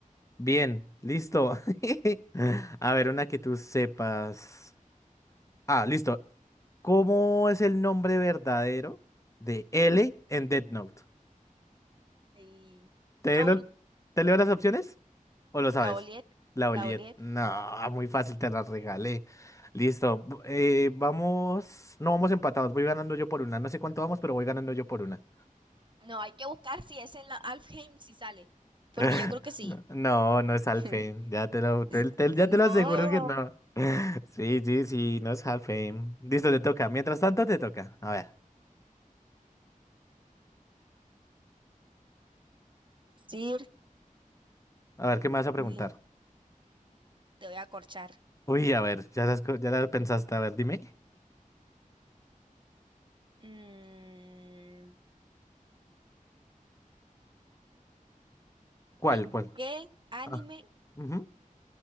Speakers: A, on the left (about 20°); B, on the right (about 35°).
A: Bien, listo. <laughs> A ver, una que tú sepas. Ah, listo. ¿Cómo es el nombre verdadero de L en Death Note?
B: Ay.
A: ¿Te,
B: La
A: lo-
B: Oliet.
A: te leo las opciones o lo sabes?
B: La Oliet.
A: La
B: La
A: Oliet.
B: Oliet.
A: No, muy fácil, te la regalé. Listo. bu- eh, vamos. No vamos empatados. Voy ganando yo por una. No sé cuánto vamos, pero voy ganando yo por una.
B: No, hay que buscar si es en la Alfheim, si sale. Porque
A: <laughs>
B: yo creo que sí.
A: No, no es Halfheim.
B: <laughs>
A: Ya te lo, te- te- ya
B: No.
A: te lo aseguro que no. <laughs> Sí, sí, sí, no es Halfheim. Listo, te toca. Mientras tanto, te toca. A ver,
B: Sir
A: a ver, ¿qué me vas a preguntar?
B: Win, te voy a corchar.
A: Uy, a ver, ya las co- ya la pensaste. A ver, dime.
B: Mm,
A: ¿Cuál,
B: ¿en
A: cuál?
B: qué anime
A: Ah, ujú.